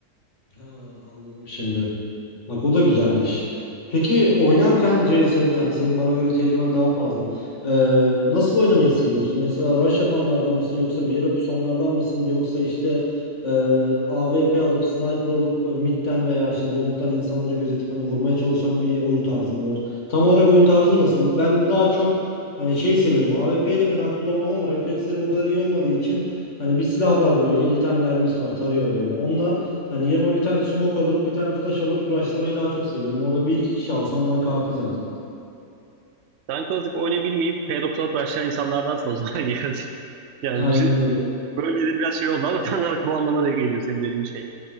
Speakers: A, on the left (about 45°); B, on the right (about 85°).
A: Ha, anladım şimdi. Bak o da güzelmiş. Peki oynarken CS'de yani senin bana göre tecrüben daha fazla. Ee, nasıl oynamayı seviyorsun? Mesela rush yapanlardan mısın yoksa bir yere pusanlardan mısın yoksa işte e, AWP alıp sniper alıp e, midden veya işte longdan insanları gözetip hani vurmaya çalışan bir oyun tarzın var. Tam olarak oyun tarzın nasıl? Ben daha çok hani şeyi seviyorum. AWP'yi de fena kullanmam ama reflekslerim o kadar iyi olmadığı için hani bir silah var böyle 50 tane mermisi var tarıyor böyle. Onunla Hani yanıma bir tane smoke alıp bir tane flash alıp rushlamayı daha çok seviyorum. Orada bir iki kişi alsam bana kafi zaten.
B: Sen Classic oynayabilmeyip P96 başlayan insanlardansın o zaman. <laughs> Yani, yani
A: Aynen
B: bir- şey-
A: öyle.
B: böyle dediğim biraz şey oldu ama tam olarak bu anlama da geliyor senin dediğin şey.